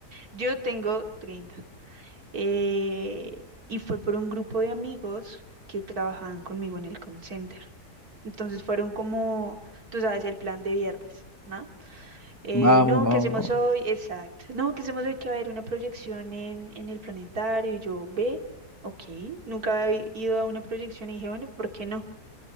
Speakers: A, on the right (about 60°); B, on the left (about 15°).
A: Yo tengo 30. eh, y fue por un grupo de amigos que trabajaban conmigo en el call center. Entonces fueron como, tú sabes, el plan de viernes, ¿no? Eh,
B: Vamos,
A: no,
B: vamos,
A: ¿qué hacemos
B: vamos.
A: hoy? Exacto. No, ¿qué hacemos hoy? Que va a haber una proyección en, en el planetario. Y yo, ve, ok. Nunca había ido a una proyección y dije, bueno, ¿por qué no?